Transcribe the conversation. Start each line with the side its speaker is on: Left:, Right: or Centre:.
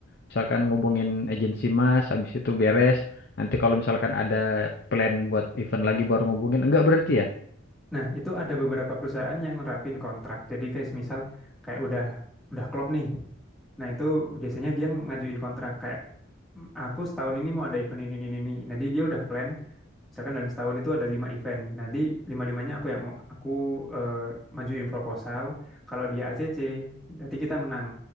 Left: misalkan ngubungin agensi Mas, habis itu beres. Nanti kalau misalkan ada plan buat event lagi baru ngubungin, enggak berarti ya?
Centre: Nah, itu ada beberapa perusahaan yang nerapin kontrak. Jadi kayak misal kayak udah udah klop nih. Nah, itu biasanya dia ngajuin kontrak kayak "Mm, aku setahun ini mau ada event ini ini ini. ini." Nah, Jadi dia udah plan misalkan dalam setahun itu ada lima event. Nanti lima-limanya aku yang aku eh, majuin proposal. Kalau dia ACC, nanti kita menang.